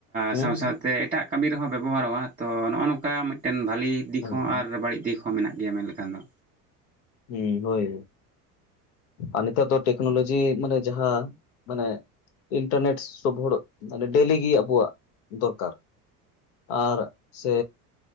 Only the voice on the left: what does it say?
ᱦᱩᱸ
ᱦᱮᱸ
ᱦᱮᱸ ᱦᱳᱭ ᱟᱨ ᱱᱤᱛᱟᱨ ᱫᱚ ᱴᱮᱠᱱᱳᱞᱚᱡᱤ ᱢᱟᱱᱮ ᱡᱟᱦᱟᱸ ᱢᱟᱱᱮ ᱤᱱᱴᱟᱨᱱᱮᱴ ᱥᱳᱚᱵ ᱦᱚᱲ ᱢᱟᱱᱮ ᱰᱮᱞᱤᱜ ᱜᱮ ᱟᱵᱚᱣᱟᱜ ᱫᱚᱨᱠᱟᱨ ᱟᱨ ᱥᱮ